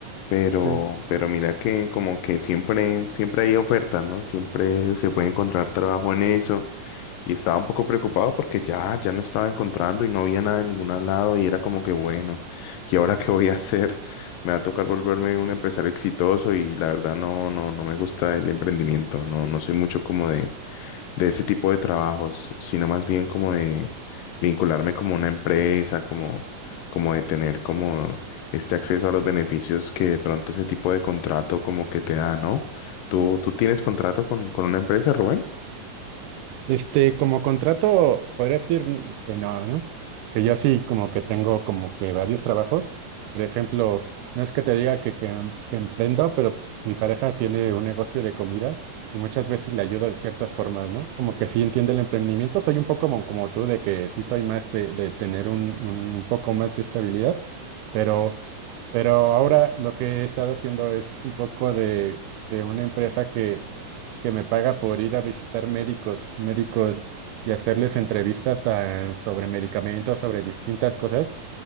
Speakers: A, on the left; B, on the right.
A: pero,
B: Sí.
A: pero mira que como que siempre, siempre hay ofertas, ¿no? Siempre se puede encontrar trabajo en eso. Y estaba un poco preocupado porque ya, ya no estaba encontrando y no había nada en ningún lado y era como que bueno, ¿y ahora qué voy a hacer? <laughs> Me va a tocar volverme un empresario exitoso y la verdad no, no, no me gusta el emprendimiento, no, no soy mucho como de, de ese tipo de trabajos, sino más bien como de vincularme como una empresa, como, como de tener como este acceso a los beneficios que de pronto ese tipo de contrato como que te da, ¿no? ¿Tú, tú tienes contrato con, con una empresa, Rubén?
B: Este, como contrato, podría decir mm, que no, ¿no? Que yo sí como que tengo como que varios trabajos. Por ejemplo, no es que te diga que, que, em- que emprendo, pero mi pareja tiene un negocio de comida y muchas veces le ayudo de ciertas formas, ¿no? Como que sí entiende el emprendimiento. Soy un poco como, como tú, de que sí soy más de, de tener un, un, un poco más de estabilidad, pero, pero ahora lo que he estado haciendo es un poco de, de una empresa que que me paga por ir a visitar médicos, médicos y hacerles entrevistas ah, sobre medicamentos, sobre distintas cosas.